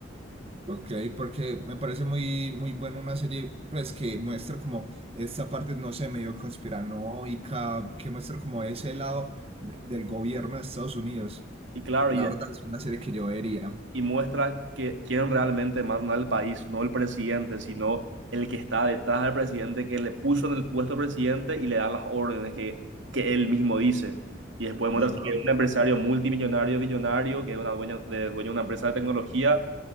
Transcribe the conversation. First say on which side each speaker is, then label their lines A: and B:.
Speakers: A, on the right; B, on the right.
A: Ok, porque me parece muy, muy buena una serie, pues, que muestra como esta parte, no sé, medio conspiranoica, que muestra como ese lado de- del gobierno de Estados Unidos.
B: Y claro,
A: La
B: y
A: verdad es una serie que yo vería.
B: y muestra que quién realmente manda al país, no el presidente, sino el que está detrás del presidente, que le puso en el puesto presidente y le da las órdenes que, que él mismo dice. Y después muestra
A: Ajá.
B: así que es un empresario multimillonario, billonario, que es una dueña, de, dueño de una empresa de tecnología,